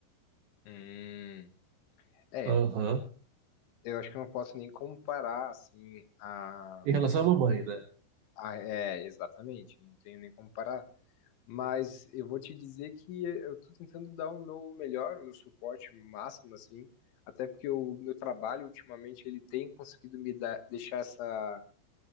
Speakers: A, on the left (about 70°); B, on the right (about 80°).
A: Hum, é,
B: Aham.
A: eu acho que eu não posso nem comparar, assim, a,
B: Em relação à mamãe, né?
A: a- É, exatamente. Não tenho nem como comparar. Mas eu vou te dizer que eu estou tentando dar o meu melhor, o meu suporte máximo, assim, até porque o meu trabalho ultimamente ele tem conseguido me dar, deixar essa,